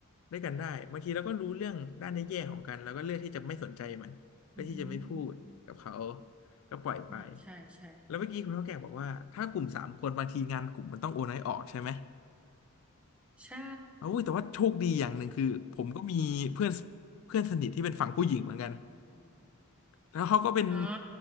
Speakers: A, on the left; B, in the centre.
A: ด้วยกันได้บางทีเราก็รู้เรื่องด้านแย่ๆของกันแล้วก็เลือกที่จะไม่สนใจมันเลือกที่จะไม่พูดกับเขา
B: อืม
A: ก็ปล่อยไป
B: ใช่ใช่ใช่
A: แล้วเมื่อกี้คุณเท่าแก่บอกว่าถ้ากลุ่มสามคนบางทีงานกลุ่มมันต้องโอนให้ออกใช่ไหม
B: ใช่
A: เอา้ยแต่ว่าโชคดีอย่างหนึ่งคือผมก็มีเพื่อนเพื่อนสนิทที่เป็นฝั่งผู้หญิงเหมือนกันแล้วเขาก็เป็น
B: อ๋อ